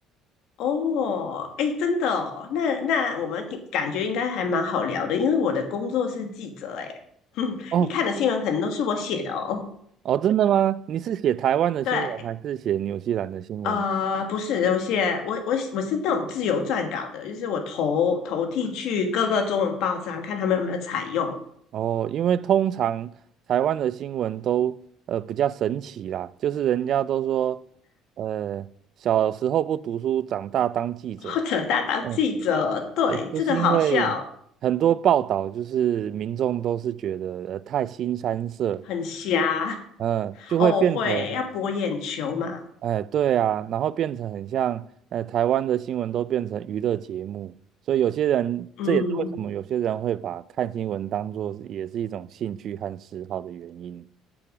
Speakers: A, on the left (about 70°); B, on the right (about 55°).
A: 哦，哎，真的哦，那那我们感觉应该还蛮好聊的，因为我的工作是记者，哎，哼，
B: 哦
A: 你看的新闻可能都是我写的哦。
B: 哦，真的吗？你是写台湾的新闻还是写纽西兰的新闻？
A: 对，呃，不是，有些我我我是那种自由撰稿的，就是我投投递去各个中文报章，看他们有没有采用，
B: 哦，因为通常台湾的新闻都呃比较神奇啦，就是人家都说，呃，小时候不读书，长大当记者，
A: 或者他当记者。
B: 嗯，
A: 对，
B: 诶，就是因为很多报道就是民众都是觉得呃太腥膻色，
A: 这个好笑，很瞎。
B: 嗯，就会变成，
A: 哦，会要博眼球嘛，
B: 哎，对啊，然后变成很像，呃，台湾的新闻都变成娱乐节目，所以有些人这也是为什么有些人会把看新闻当做也是一种兴趣和嗜好的原因。
A: 嗯，